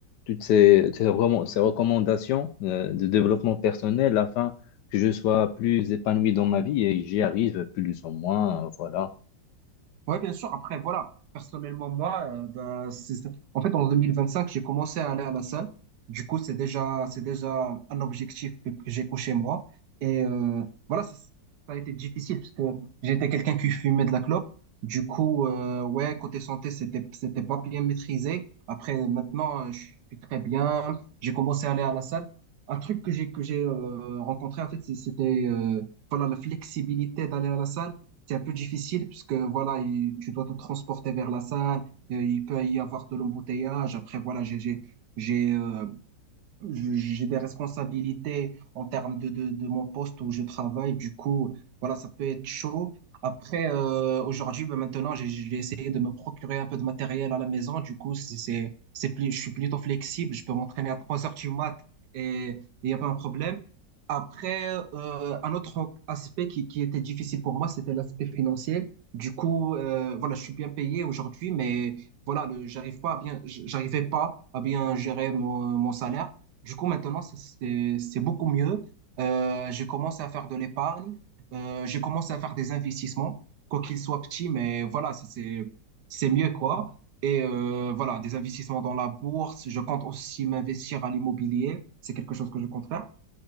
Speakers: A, on the left; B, on the right.
A: toutes ces, ces recomm- ces recommandations euh, de développement personnel afin que je sois plus épanoui dans ma vie et j'y arrive plus ou moins, euh, voilà.
B: Ouais, bien sûr. Après, voilà. Personnellement, moi, euh, ben, c'est... ça. en fait, en 2025, j'ai commencé à aller à la salle. Du coup, c'est déjà, c'est déjà un objectif que, que j'ai coché moi. Et euh, voilà, ça, ça a été difficile parce que j'étais quelqu'un qui fumait de la clope. Du coup, euh, ouais, côté santé, c'était, c'était pas bien maîtrisé. Après, maintenant, euh, je suis très bien. J'ai commencé à aller à la salle. Un truc que j'ai que j'ai euh, rencontré, en fait, c'est- c'était euh, voilà la flexibilité d'aller à la salle c'est un peu difficile puisque voilà, il- tu dois te transporter vers la salle, euh, il peut y avoir de l'embouteillage. Après, voilà, j'ai j'ai j'ai euh, je- j'ai des responsabilités en termes de, de, de mon poste où je travaille. Du coup, voilà, ça peut être chaud. Après, euh, aujourd'hui, ben maintenant, j'ai j'ai essayé de me procurer un peu de matériel à la maison. Du coup, c'est, c'est, c'est plus, je suis plutôt flexible. Je peux m'entraîner à 3 heures du mat et il n'y a pas un problème. Après, euh, un autre aspect qui, qui était difficile pour moi, c'était l'aspect financier. Du coup, euh, voilà, je suis bien payé aujourd'hui, mais voilà, le- j'arrive pas à bien, j'arrivais pas à bien gérer mon, mon salaire. Du coup, maintenant, c'est c'est- c'est beaucoup mieux. Euh, j'ai commencé à faire de l'épargne. Euh, j'ai commencé à faire des investissements, quoi qu'ils soient petits, mais voilà, c'est c'est c'est mieux, quoi. Et euh, voilà, des investissements dans la bourse. Je compte aussi m'investir à l'immobilier. C'est quelque chose que je compte faire